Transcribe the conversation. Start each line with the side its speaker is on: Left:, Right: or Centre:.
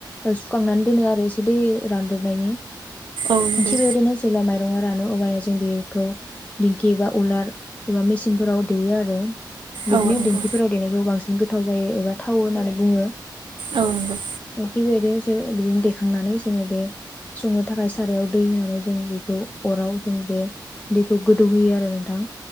Left: सुखांनानै दोनो आरो एसे दै रानदोबनायनि।
Right: नंगौ
Left: थि बेबायदिनो जेब्ला माइरं रानो अब्ल जों बेखौ दिंखि एबा उलार एबा मेसिनफोराव देयो आरो बिदिनो
Right: औ नंगौ
Left: देंखिफोराव देनायखौ बांसिन गोथाव जायो एबा थावो होननानै बुङो।
Right: औ नंगौ
Left: <inaudible> थिग बेबायदिनो जों बिदिनो देखांनानै जोङो बे संनो थाखाय सारायाव दै होनानै जों बेखौ अराव जों बे दैखौ गोदौहोयो आरो नोंथां।